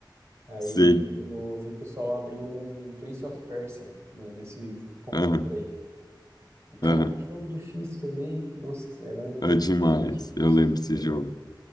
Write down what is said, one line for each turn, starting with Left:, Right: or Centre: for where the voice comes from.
Right: Aí
Left: sim.
Right: eu vi o pessoal abrir um Prince of Persia, né, nesse computador
Left: Aham,
Right: aí. E, cara,
Left: aham.
Right: que jogo difícil também. Nossa, era
Left: É demais.
Right: praticamente impossível,
Left: Eu lembro desse jogo.